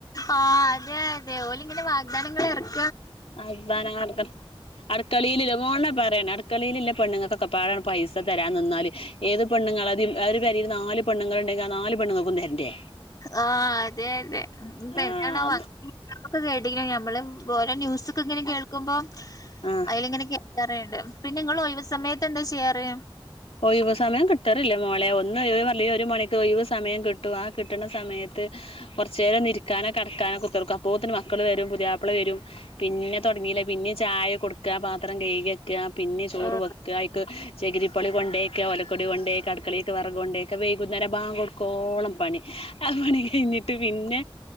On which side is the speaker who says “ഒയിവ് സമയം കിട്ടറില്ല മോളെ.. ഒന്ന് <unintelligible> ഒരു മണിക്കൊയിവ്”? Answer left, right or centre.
Left